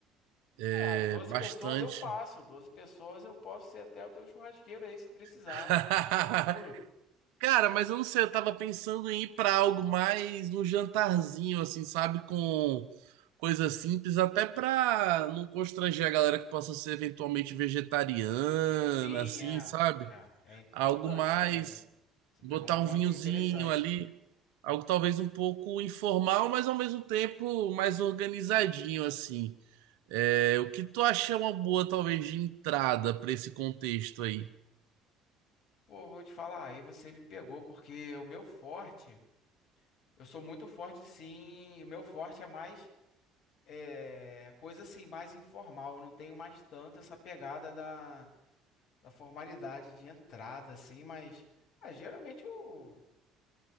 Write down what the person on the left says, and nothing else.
É, 12
pessoas eu faço, 12 pessoas eu posso ser até o teu churrasqueiro aí, se precisar.
Tranquilo.
Sim,
é,
é, é importante
também. Você
pegou um ponto
interessante.
Pô, vou te falar, aí você me pegou, porque o meu forte, eu sou muito forte sim, o meu forte é mais É coisa assim, mais informal. Eu não tenho mais tanto essa pegada da, da formalidade de entrada, assim, mas ah, geralmente o,